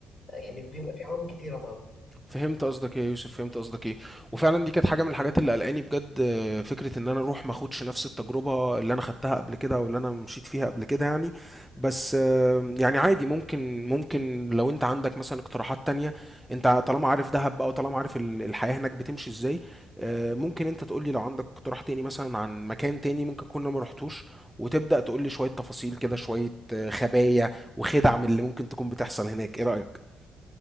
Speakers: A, on the left; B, in the centre.
A: آه، يعني بيبقى في عوامل كتيرة طبعا
B: فهمت قصدك ايه يا يوسف فهمت قصدك ايه وفعلا دي كانت حاجه من الحاجات اللي قلقاني بجد آه، فكره ان انا اروح ما اخدش نفس التجربه اللي انا خدتها قبل كده او اللي انا مشيت فيها قبل كده يعني بس آه، يعني عادي ممكن ممكن لو انت عندك مثلا اقتراحات تانية انت طالما عارف دهب بقى وطالما عارف ال- الحياه هناك بتمشي ازاي آه، ممكن انت تقول لي لو عندك اقتراح تاني مثلا عن مكان تاني ممكن كنا ما رحتوش وتبدا تقول لي شويه تفاصيل كده شويه آه، خبايا وخدع من اللي ممكن تكون بتحصل هناك ايه رايك